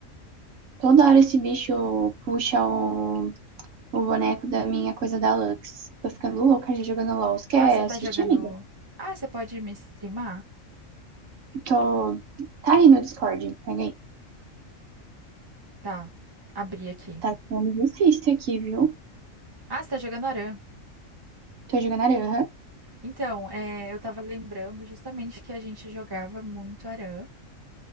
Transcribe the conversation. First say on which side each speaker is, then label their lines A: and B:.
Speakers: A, on the right (about 75°); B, on the right (about 20°).
A: Toda hora esse bicho puxa o, o boneco da minha coisa da Lux. Tô ficando louca já jogando LOL. Você quer
B: Ah, você tá
A: assistir,
B: jogando.
A: amiga?
B: Ah, você pode me streamar?
A: Tô. Tá aí no Discord, pega aí.
B: Tá, abri aqui.
A: Tá ficando difícil aqui, viu?
B: Ah, você tá jogando Aran.
A: Tô jogando Aranha.
B: Então, é, eu tava lembrando justamente que a gente jogava muito Aran.